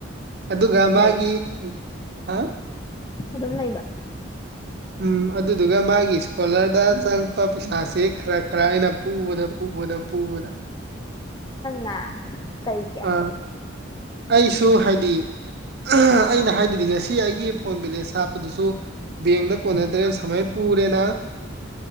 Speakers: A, on the right (about 50°); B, on the left (about 20°).
A: ꯑꯗꯨꯒ
B: ꯂꯩꯕ
A: ꯃꯥꯒꯤ ꯍꯥ
B: ꯑꯗꯨꯝ ꯂꯩꯕ
A: ꯎꯝ ꯑꯗꯨꯗꯨꯒ ꯃꯥꯒꯤ ꯏꯁꯀꯣꯂꯔꯗ ꯆꯪꯉꯛꯄ ꯄꯩꯁꯥꯥꯁꯦ ꯈꯔ ꯈꯔ ꯑꯩꯅ ꯄꯨꯕꯗ ꯄꯨꯕꯗ ꯄꯨꯕꯗ
B: ꯅꯥ ꯀꯩꯒꯤ
A: ꯑ ꯑꯩꯁꯨ ꯍꯥꯏꯗꯤ ꯑꯩꯅ ꯍꯥꯏꯗꯨꯗꯤ ꯉꯁꯤ ꯑꯩꯒꯤ ꯐꯣꯟ ꯕꯦꯂꯦꯁ ꯍꯥꯞꯄꯗꯨꯁꯨ ꯕꯦꯡꯅ ꯀꯣꯟꯅꯗ꯭ꯔꯦ ꯁꯨꯃꯥꯏꯅ ꯄꯨꯔꯦꯅ